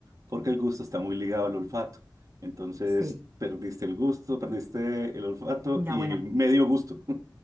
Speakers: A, on the right; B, on the right.
A: porque el gusto está muy ligado al olfato. Entonces,
B: Sí,
A: perdiste el gusto, perdiste el olfato
B: una
A: y
B: buena.
A: medio gusto.